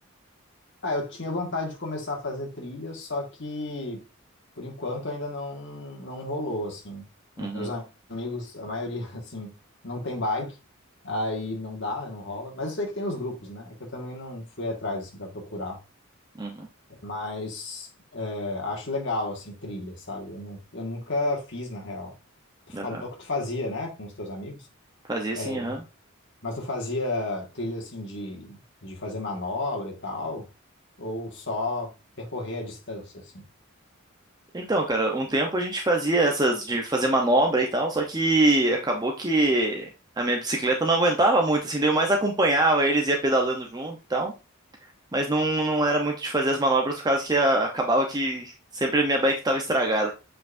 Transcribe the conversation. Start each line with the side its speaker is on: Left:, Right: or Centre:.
Left: Ah, eu tinha vontade de começar a fazer trilha, só que Por enquanto ainda não, não rolou, assim. Meus
Right: Uhum,
Left: amigos, a maioria, <laughs> assim, não tem bike, aí não dá, né, não rola. Mas eu sei que tem os grupos, né? É que eu também não fui atrás, assim, pra procurar.
Right: uhum,
Left: Mas é, acho legal, assim, trilha, sabe? Eu, não, eu nunca fiz, na real. Tu
Right: aham.
Left: falou que tu fazia, né, com os teus amigos.
Right: Fazia assim,
Left: É,
Right: aham.
Left: mas tu fazia trilha, assim, de, de fazer manobra e tal? Ou só percorrer a distância, assim?
Right: Então, cara, um tempo a gente fazia essas de fazer manobra e tal, só que acabou que a minha bicicleta não aguentava muito, assim, daí eu mais acompanhava eles, ia pedalando junto e tal, mas não, não era muito de fazer as manobras por causa que a- acabava que sempre a minha bike tava estragada.